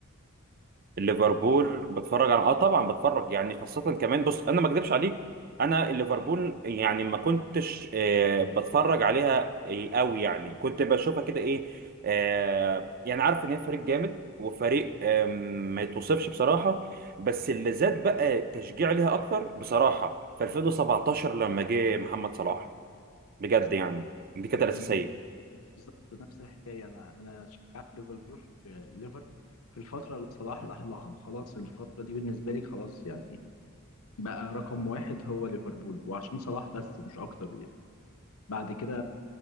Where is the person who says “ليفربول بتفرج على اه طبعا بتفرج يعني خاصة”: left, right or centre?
Right